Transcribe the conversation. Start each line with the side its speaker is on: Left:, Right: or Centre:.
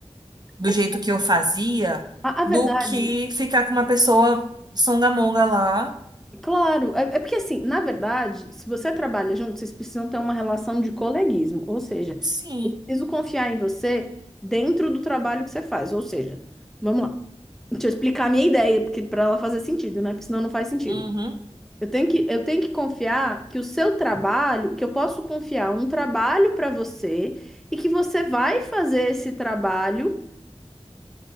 Right: do
Centre: É
Right: jeito
Centre: tipo,
Right: que eu fazia,
Centre: a, a
Right: do
Centre: verdade,
Right: que ficar com uma pessoa songamonga lá.
Centre: claro. É, é porque, assim, na verdade, se você trabalha junto, vocês precisam ter uma relação de coleguismo. Ou seja,
Right: Sim.
Centre: eu preciso confiar em você dentro do trabalho que você faz. Ou seja, vamos lá. Deixa eu explicar a minha ideia, porque para ela fazer sentido, né? Porque senão não faz sentido.
Right: Uhum.
Centre: Eu tenho que, eu tenho que confiar que o seu trabalho, que eu posso confiar um trabalho para você e que você vai fazer esse trabalho